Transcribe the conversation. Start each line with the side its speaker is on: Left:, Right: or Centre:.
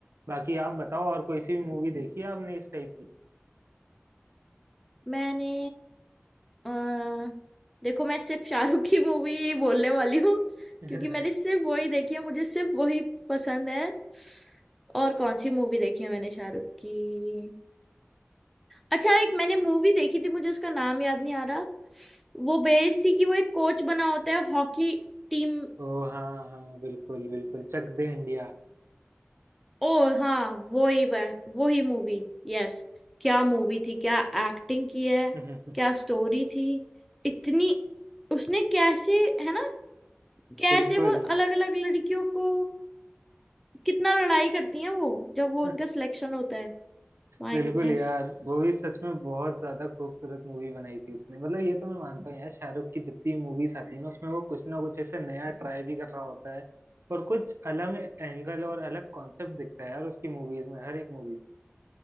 Right: बाकी आप बताओ और कोई सी भी मूवी देखी है आपने इस टाइप की
Centre: मैंने अ, देखो मैं सिर्फ शाहरुख की मूवी बोलने वाली हूँ
Right: <laughs>
Centre: क्योंकि मैंने सिर्फ वही देखी है मुझे सिर्फ वही पसंद है और कौन सी मूवी देखी है मैंने शाहरुख की अच्छा एक मैंने मूवी देखी थी मुझे उसका नाम याद नहीं आ रहा वो बेस्ड थी कि वो एक कोच बना होता है हॉकी टीम
Right: ओ हाँ हाँ बिल्कुल बिल्कुल चक दे इंडिया
Centre: ओ हाँ वो ही वह वो ही मूवी यस क्या मूवी थी क्या एक्टिंग की है
Right: <laughs>
Centre: क्या स्टोरी थी इतनी उसने कैसे है ना कैसे
Right: बिल्कुल
Centre: वो अलग अलग लड़कियों को कितना लड़ाई करती हैं वो जब वो
Right: <laughs>
Centre: उनका सिलेक्शन होता है My
Right: बिल्कुल
Centre: goodness
Right: यार वो भी सच में बहुत ज्यादा खूबसूरत मूवी बनाई थी उसने मतलब ये तो मैं मानता हूँ यार शाहरुख की जितनी मूवीज आती है ना उसमें वो कुछ ना कुछ ऐसे नया ट्राई भी कर रहा होता है और कुछ अलग एंगल और अलग कॉन्सेप्ट दिखता है यार उसकी मूवीज में हर एक मूवी